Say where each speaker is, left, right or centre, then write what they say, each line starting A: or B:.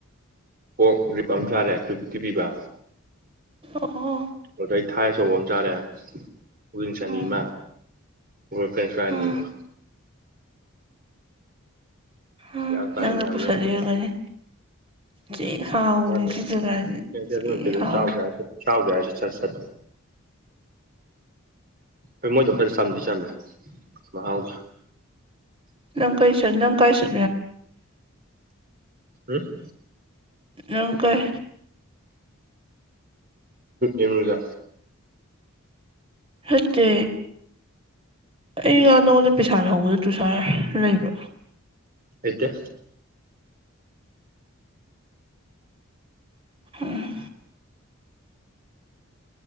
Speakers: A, on the right; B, on the right.
A: ꯀꯣꯛ ꯔꯤꯞ ꯑꯃ ꯆꯥꯔꯦ ꯇꯨ ꯊꯤꯕꯤꯕ
B: ꯑꯣ ꯑꯣ
A: ꯑꯗꯩ ꯊꯥꯏ ꯑꯆꯧꯕ ꯑꯃ ꯆꯥꯔꯦ ꯄꯛꯂꯤꯡ ꯆꯅꯤ
B: ꯎꯝ
A: ꯑꯃ ꯐ꯭ꯔꯦꯟꯁ ꯐ꯭ꯔꯥꯏꯁ ꯑꯅꯤꯒ
B: ꯎꯝ ꯎꯝ
A: ꯀ ꯀꯥꯏꯅ
B: ꯅꯪꯅ
A: ꯑꯃꯔ
B: ꯄꯨꯁꯜꯂꯤ
A: ꯀ
B: ꯑꯣꯏꯔꯝꯒꯅꯤ ꯊꯤ ꯍꯥꯎꯕꯅꯤ
A: ꯃꯥꯅꯦ
B: ꯁꯤ ꯖꯒꯥꯁꯦ ꯊꯤ
A: ꯑꯗꯨ ꯊ ꯑꯗꯨ
B: ꯍꯥꯎ
A: ꯆꯥꯎ ꯌꯥꯕꯒꯦ ꯌꯥꯁꯦ ꯁꯠ ꯁꯠ ꯍꯣꯏ ꯃꯣꯏꯗꯣ ꯈꯔ ꯆꯝꯗꯤ ꯆꯝꯃꯦ ꯃꯍꯥꯎꯗꯣ
B: ꯅꯪ ꯀꯩ ꯁ ꯅꯪ ꯀꯥꯏ ꯁ
A: ꯎꯝ
B: ꯅꯪ ꯀꯥꯏ
A: ꯏꯃꯔꯨꯖ
B: ꯅꯠꯇꯦ ꯑꯩ ꯉꯥ ꯅꯪꯉꯣꯟꯗ ꯄꯩꯁꯥ ꯍꯧꯕꯗ ꯇꯨꯁꯥꯔ ꯂꯩꯕ꯭ꯔ
A: ꯑꯗ
B: ꯎꯝ